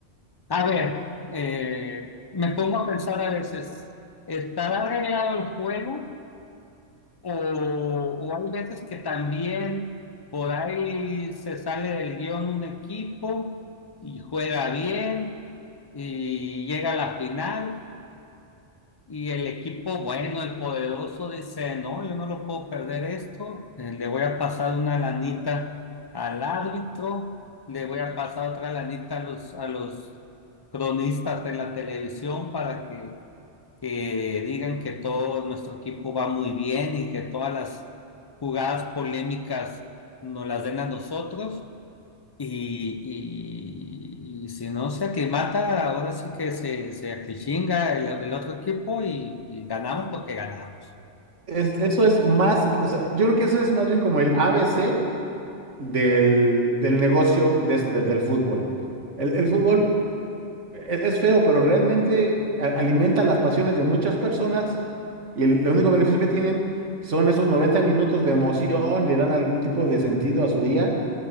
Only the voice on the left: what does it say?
A ver, eh, me pongo a pensar a veces, ¿estará arreglado el juego? O, o hay veces que también por ahí se sale del guión un equipo y juega bien y llega a la final. Y el equipo bueno, el poderoso, dice, no, yo no lo puedo perder esto, eh, le voy a pasar una lanita al árbitro, le voy a pasar otra lanita a los, a los cronistas de la televisión para que, que digan que todo nuestro equipo va muy bien y que todas las jugadas polémicas nos las den a nosotros. Y, y- y si no se aclimata, ahora sí que se, se aclichinga el, el otro equipo y, y ganamos porque ganamos.